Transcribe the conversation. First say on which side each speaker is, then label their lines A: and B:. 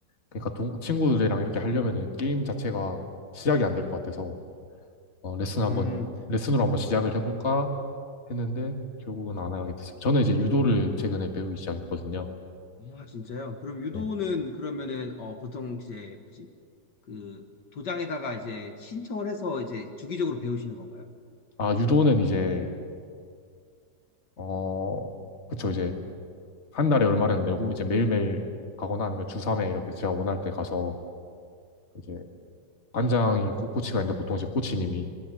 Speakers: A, on the left; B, on the left.
A: 그러니까 동- 친구들이랑 이렇게 하려면은 게임 자체가 시작이 안 될 것 같아서 어, 레슨 한번,
B: 음,
A: 레슨으로 한번 시작을 해볼까 했는데, 결국은 안 하게 됐어요. 저는 이제 유도를 최근에 배우기 시작했거든요.
B: 아 진짜요? 그럼 유도는
A: 네.
B: 그러면은 어 보통 이제 뭐지? 그 도장에다가 이제 신청을 해서 이제 주기적으로 배우시는 건가요?
A: 아, 유도는 이제, 어, 그쵸, 이제, 한 달에 얼마를 내고, 이제 매일매일 가거나 아니면 주삼에 이렇게 제가 원할 때 가서, 이제, 관장이 꼭 코치가 있는데, 보통 이제 코치님이